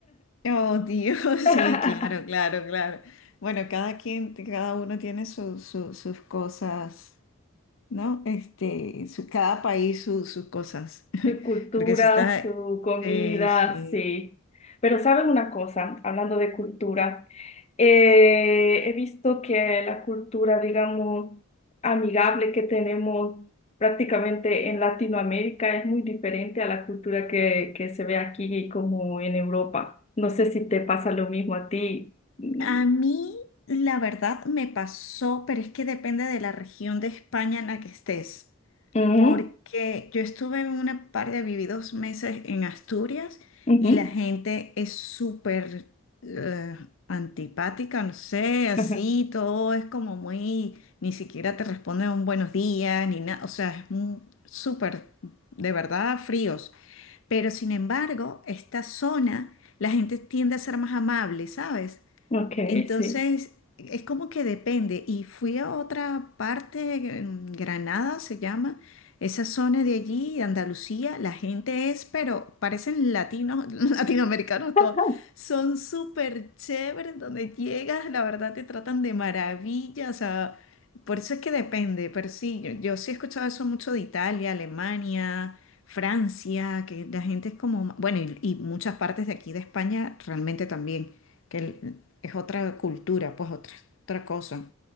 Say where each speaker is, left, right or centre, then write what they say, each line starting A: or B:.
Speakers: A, on the left; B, on the left.
A: Oh, Dios,
B: <laughs>
A: sí, claro, claro, claro. Bueno, cada quien, cada uno tiene su- su- sus cosas, ¿no? Este, su- cada país su- sus cosas, <laughs>
B: Su cultura,
A: porque si está...
B: su comida,
A: Sí, sí.
B: sí. Pero ¿saben una cosa? Hablando de cultura, eh, he visto que la cultura, digamos, amigable que tenemos prácticamente en Latinoamérica es muy diferente a la cultura que, que se ve aquí como en Europa. No sé si te pasa lo mismo a ti. Mm,
A: A mí, la verdad, me pasó, pero es que depende de la región de España en la que estés,
B: ujú,
A: porque yo estuve en una parte, viví dos meses en Asturias
B: ujú.
A: y la gente es súper eh, antipática, no sé, así,
B: <laughs>
A: todo es como muy, ni siquiera te responden un buenos días, ni nada, o sea, es un- súper, de verdad, fríos. Pero sin embargo, esta zona, la gente tiende a ser más amable, ¿sabes?
B: Ok,
A: Entonces,
B: sí.
A: es como que depende. Y fui a otra parte, en Granada se llama, esa zona de allí, de Andalucía, la gente es, pero parecen latinos, <laughs> latinoamericanos
B: <laughs>
A: todos. Son súper chéveres, donde llegas, la verdad te tratan de maravilla, o sea, por eso es que depende, pero sí, yo, yo sí he escuchado eso mucho de Italia, Alemania. Francia, que la gente es como, bueno, y y muchas partes de aquí de España realmente también que el- es otra cultura, pues otra, otra cosa.